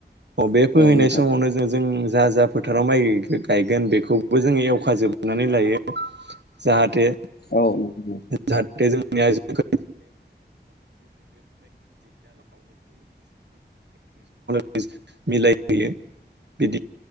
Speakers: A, on the right; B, on the left.
A: बे फोहैनाय
B: औ नोंथां
A: समावनो जों जों जा जा फोथाराव माइ गायगोन बेखौबो जोंङो एवखा जोबनानै लायो। जाहाथे
B: औ नोंथां
A: जाहाथे जोंनिया <unintelligible> याजों <unintelligible> <unintelligible> मिलायहोयो बिदि